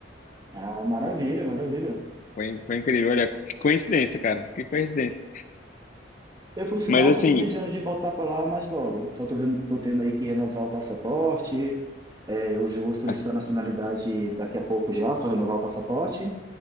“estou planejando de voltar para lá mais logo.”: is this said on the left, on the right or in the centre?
Right